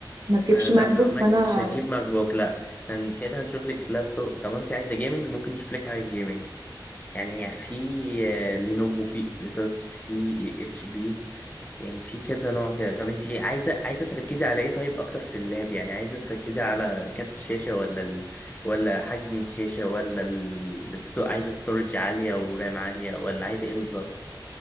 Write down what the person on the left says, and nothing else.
ما
لا
ماك
مش هتجيب ماك بوك لا كان كده هنشوف لك لابتوب طب انت عايزه جيمنج ممكن نشوف لك حاجه جيمنج يعني في آه، لينوفو في اسوس في اتش بي يعني في كذا نوع كده طب انت عايزه عايزه تركزي على ايه طيب اكتر في اللاب يعني عايزه تركزي على كارت الشاشه ولا ال... ولا حجم الشاشه ولا ال... الستو... عايزه ستورج عاليه ورام عاليه ولا عايزه ايه بالظبط